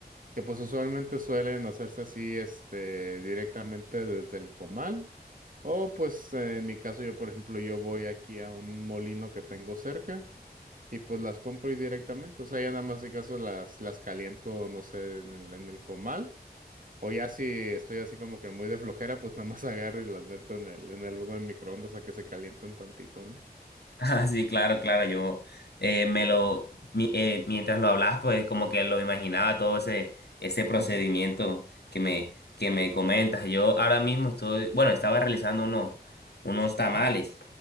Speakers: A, on the right; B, on the left.
A: que pues usualmente suelen hacerse así este directamente desde el comal. O pues eh, en mi caso yo por ejemplo yo voy aquí a un molino que tengo cerca y pues las compro ahí directamente, o sea, ya nada más de caso las las caliento no sé en el en el comal o ya si estoy así como que muy de flojera, pues nada más <laughs> agarro y las meto en el, en el horno de microondas a que se calienten tantito, ¿no?
B: Ah, sí, claro, claro, yo eh, me lo, mi- eh, mientras lo hablabas, pues como que lo imaginaba todo ese, ese procedimiento
A: Ujú,
B: que me, que me comentas. Yo ahora mismo estoy, bueno, estaba realizando unos, unos tamales,
A: ujú,